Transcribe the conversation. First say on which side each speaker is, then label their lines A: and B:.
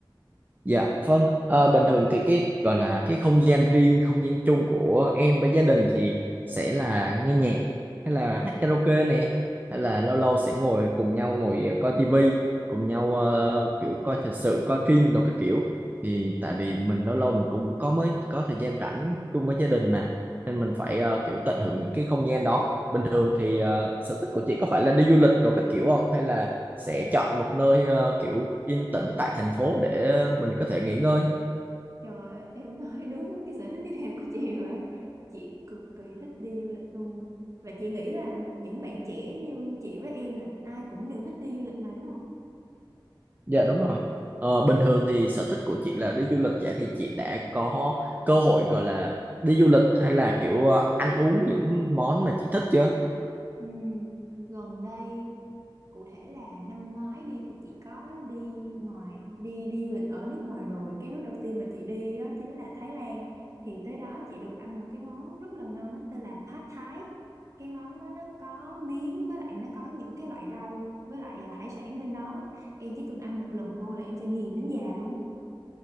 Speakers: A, on the right; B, on the right.
A: Dạ vâng, Ờ, bình thường thì cái gọi là cái không gian riêng, không gian chung của em với gia đình thì sẽ là nghe nhạc hay là hát karaoke nè, hay là lâu lâu sẽ ngồi cùng nhau ngồi ờ, coi tivi, cùng nhau ờ, kiểu coi thời sự, coi phim đồ các kiểu. Thì tại vì mình lâu lâu mình cũng có mới có thời gian rảnh chung với gia đình mà nên mình phải ờ, kiểu tận hưởng những cái không gian đó. Bình thường thì ờ, sở thích của chị có phải là đi du lịch đồ các kiểu không hay là sẽ chọn một nơi ờ, kiểu yên tĩnh tại thành phố để mình có thể nghỉ ngơi.
B: Trời ơi, em nói <laughs> đúng cái sở thích tiếp theo của chị rồi á. Chị cực kỳ thích đi du lịch luôn. Và chị nghĩ là những bạn trẻ như chị với em là ai cũng đều thích đi du lịch mà đúng không?
A: Dạ đúng rồi. Ờ, bình thường thì sở thích của chị là đi du lịch vậy thì chị đã có cơ hội gọi là đi du lịch hay là kiểu ờ, ăn uống những món mà chị thích chưa?
B: Ừm, gần đây cụ thể là năm ngoái đi thì chị có đi ngoài đi đi du lịch ở nước ngoài rồi cái nước đầu tiên mà chị đi đó chính là Thái Lan thì tới đó chị được ăn một cái món rất là ngon nó tên là Pad Thai cái món đó nó có miến với lại nó có những cái loại rau với lại à, hải sản bên đó em chỉ cần ăn một lần thôi là em sẽ ghiền đến già luôn á